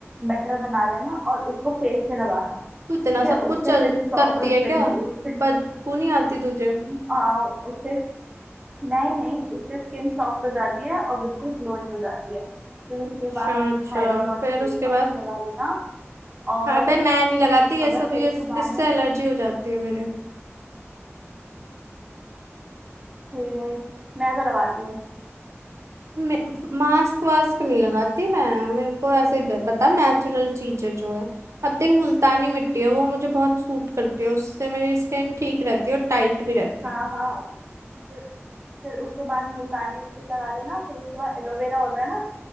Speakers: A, on the right; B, on the right.
A: बैटर बना लेना और उसको फेस पे लगाना
B: तू इतना
A: ठीक
B: सब
A: है उससे
B: कुछ चल
A: फिर फिर
B: करती है क्या
A: कह रही हूँ उससे
B: बदबू नहीं आती तुझे
A: हाँ उससे नहीं नहीं उससे स्किन सॉफ्ट हो जाती है और बिल्कुल ग्लोइंग हो जाती है फिर उसके
B: अच्छा
A: बाद
B: अच्छा
A: हाइड्रोलॉनिक
B: फिर
A: फेस
B: उसके
A: मास्क
B: बाद
A: लगा लेना और
B: अबे मैं नहीं लगाती ये
A: अगर
B: सब
A: फेस
B: ये
A: पे दाने
B: इससे एलर्जी हो जाती है मेरे
A: सुई मुई मैं तो लगाती हूँ
B: मे, मास्क वास्क नहीं लगाती मैं मेरे को ऐसे ही दे- बता नेचुरल चीजें जो है अब देख मुल्तानी मिट्टी है वो मुझे बहुत सूट करती है उससे मेरी स्किन ठीक रहती है और टाइट भी रहती
A: हाँ
B: है
A: हाँ फिर फिर उसके बाद मुल्तानी मिट्टी लगा लेना फिर उसके बाद एलोवेरा होता है ना